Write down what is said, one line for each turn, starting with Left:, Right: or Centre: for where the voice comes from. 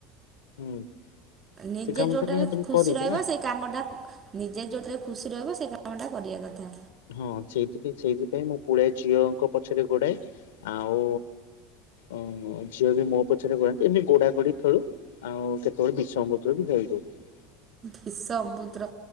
Left: ହୁଁ।
Right: ନିଜେ
Left: ସେ କାମଟା
Right: ଯୋଉଟାରେ
Left: ନିହାତି ମୁଁ
Right: ଖୁସି
Left: କରିବି
Right: ରହିବ
Left: ନା।
Right: ସେଇ କାମ ଟା ନିଜେ ଯୋଉଟାରେ ଖୁସି ରହିବ ସେ କାମଟା କରିବା କଥା।
Left: ହଁ ସେଇଥିପାଇଁ ସେଇଥିପାଇଁ ମୁ ପୁଳାଏ ଝିଅଙ୍କ ପଛରେ ଗୋଡାଏ ଆଉ ହଁ ଝିଅ ବି ମୋ ପଛରେ ଗୋଡ଼ାନ୍ତି ଏମିତି ଗୋଡ଼ା ଗୋଡ଼ି ଖେଳୁ ଆଉ କେତେବେଳେ ବିଷ ଅମୃତ ବି ଖେଳୁ। <unintelligible>
Right: ବିଷ ଅମୃତ